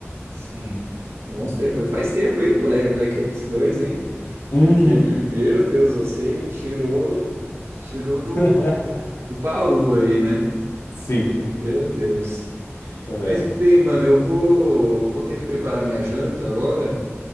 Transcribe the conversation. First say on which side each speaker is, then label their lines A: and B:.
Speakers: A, on the right; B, on the left.
A: Sim. Bons tempos. Faz tempo, hein? Black, Black Ops dois hein?
B: Uhum.
A: Porque, meu Deus, você tirou tirou
B: <laughs>
A: do, do baú aí, né?
B: Sim.
A: Que, meu Deus.
B: É.
A: Mas bem, mano, eu vou vou ter que preparar minha janta agora.